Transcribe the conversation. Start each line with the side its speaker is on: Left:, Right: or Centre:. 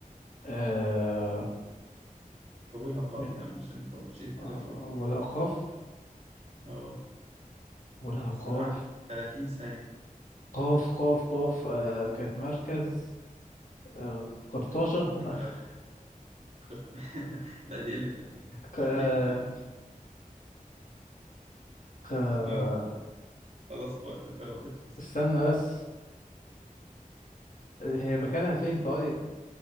Left: آه
Right: حولها قاف
Left: م-
Right: يا عم عشان ما تقعدش تلف
Left: آه،
Right: وتدور
Left: أولها قاف
Right: اه
Left: أولها قاف
Right: بس معاك 30 ثانية
Left: قاف قاف قاف آه كانت مركز آه قرطاجة
Right: الأندلس
Left: <laughs>
Right: <laughs> فكرت- لا دي قلة أدب.
Left: ق- آه،
Right: عيب كده
Left: ق-
Right: آه. خلاص وقت قرب يخلص
Left: استنى بس هي مكانها فين طيب